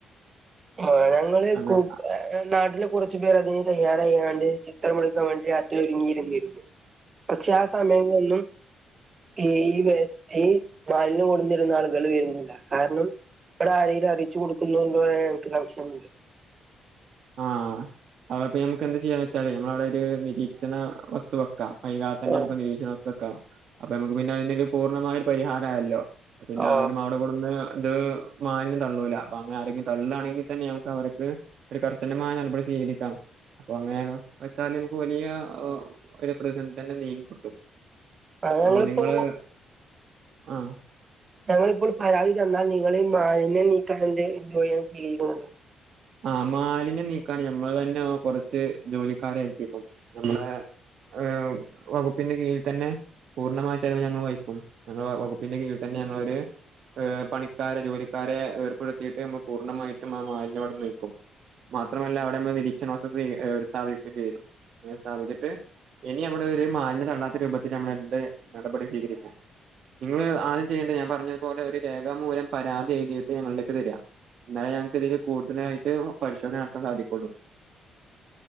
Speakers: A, on the right; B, on the right.
A: ആ ഞങ്ങള് <unintelligible>
B: അങ്ങനെ
A: നാട്ടിലെ കുറച്ചു പേർ അതിന് തയ്യാറായാണ്ട് ചിത്രം എടുക്കാൻ വേണ്ടി രാത്രി ഒരുങ്ങിയിരുന്നിരുന്നു പക്ഷെ ആ സമയങ്ങളൊന്നും ഈ.. വെ മാലിന്യം കൊട്ന്നിരുന്ന ആളുകൾ വരുന്നില്ല കാരണം. ഇവടെ ആരെയിലും അറിച്ചു കൊടുക്കുന്നുണ്ടോ <unintelligible> എനിക്ക് സംശയമുണ്ട്.
B: ആഹ് അഅപ്പ മ്മക്ക് എന്താ ചെയ്യാന്ന് വെച്ചാല് നമ്മള അഉടെ ഒരു നിരീക്ഷണ വസ്തു വെക്കാം. വൈകാതെ തന്നെ
A: ആ
B: മുക്ക് നിരീക്ഷണ വക്കാം അപ്പൊ നമുക്ക് പിന്നെ അയിന് ഒരു പൂർണ്ണമായ ഒരു പരിഹാരയല്ലോ. പിന്നെ
A: ആ,
B: ആരും അവിടെ കൊട്ന്ന്. ഇത് മാലിന്യം തള്ളൂല അപ്പൊ അങ്ങനെ ആരെങ്കിലും തള്ളാണെങ്കിൽ തന്നെ നമക്ക് അവര്ക്ക്. ഒരു കർശനമായ നടപടി സ്വീകരിക്കാം. അപ്പൊ അങ്ങനെ ഹ് വെച്ചാല് നമുക്ക് വലിയ ഹ്.. ഒരു പ്രതിസന്ധി തന്നെ നീങ്ങി കിട്ടും.
A: അഹ് ഞങ്ങളിപ്പോ
B: അപ്പൊ നിങ്ങള് ആഹ്.
A: ഞങ്ങളിപ്പോൾ പരാതി തന്നാൽ നിങ്ങളീ മാലിന്യം നീക്കാൻ ന്തെ എന്ത് വഴി ചെയ്യുന്നത്?
B: ആ മാലിന്യം നീക്കാണ് ഞമ്മള് തന്നെ കൊറച്ച് ജോലിക്കാരെ ഏൽപ്പിക്കും ഞമ്മളെ. ഏഹ് വകുപ്പിന്റെ കീഴിൽ തന്നെ. പൂർണ്ണമായ ചെലവ് ഞങ്ങൾ വഹിക്കും ഞങ്ങള വ വകുപ്പിന്റെ കീഴിൽ തന്നെ ഞങ്ങളൊര് ഏഹ് പണിക്കാരെ ജോലിക്കാരെ ഏർപ്പെടുത്തിയിട്ട് നമ്മൾ പൂർണ്ണമായിട്ടും ആ മാലിന്യം അവിട്ന്നീക്കും. മാത്രമല്ല അവിടെ മ്മൾ <unintelligible> ഒരു സ്ഥാപിക്കുകയും ചെയ്തു അനെ സ്ഥാപിച്ചിട്ട്. ഇനി അവിടെ ഒരു മാലിന്യം തള്ളാത്ത രൂപത്തിൽ നമ്മള് എന്ത് നടപടി സ്വീകരിക്കും? നിങ്ങള് ആദ്യം ചെയ്യേണ്ടേ ഞാൻ പറഞ്ഞതുപോലെ ഒരു രേഖാമൂലം പരാതി എഴുതിയിട്ട് ഞങ്ങളിലേക്ക് തരാ. ഇന്നാലെ ഞങ്ങക്ക് ഇതില് കൂടുതലായി ട്ട് പരിശോധന നടത്താൻ സാധിക്കുള്ളൂ.